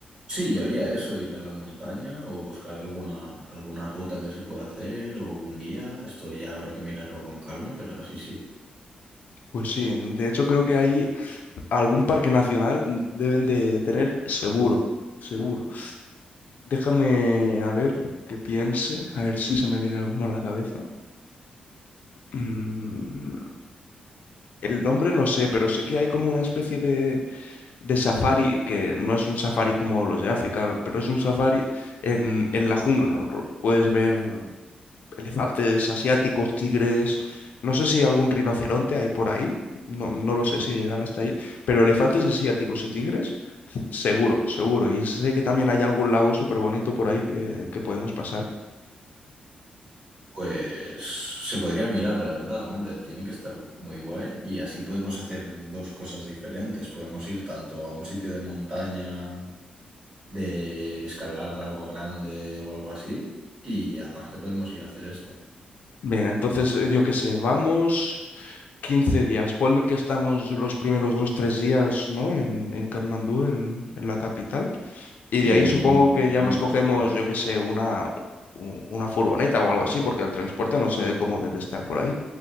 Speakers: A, on the right; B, on the left.
A: Sí, yo haría eso, ir a la montaña o buscar alguna, alguna ruta que se pueda hacer o un guía. Esto ya habrá que mirarlo con calma, pero sí, sí.
B: Pues sí, de hecho creo que ahí algún parque nacional deben de tener seguro, seguro. Déjame a ver qué piense, a ver si se me viene alguno a la cabeza. Mm, el nombre no sé, pero sé que hay como una especie de, de safari, que no es un safari como los de África, pero es un safari en, en la jungla. Puedes ver elefantes asiáticos, tigres, no sé si algún rinoceronte hay por ahí, no, no lo sé si llegan hasta ahí, pero elefantes asiáticos y tigres, seguro, seguro. Y sé que también hay algún lago súper bonito por ahí que, que podemos pasar.
A: Pues se podría mirar, la verdad, hombre, tiene que estar muy guay y así podemos hacer dos cosas diferentes. Podemos ir tanto a un sitio de montaña, de escalar algo grande o algo así, y aparte podemos ir a hacer esto.
B: Venga, entonces eh, yo qué sé, vamos 15 días, ponle que estamos los primeros dos, tres días, ¿no? En, en Katmandú, en, en la capital. Y
A: Sí,
B: de ahí
A: mínimo,
B: supongo que
A: mínimo
B: ya nos
A: dos
B: cogemos,
A: o tres.
B: yo qué sé, una, u- una furgoneta o algo así, porque el transporte no sé cómo debe estar por ahí.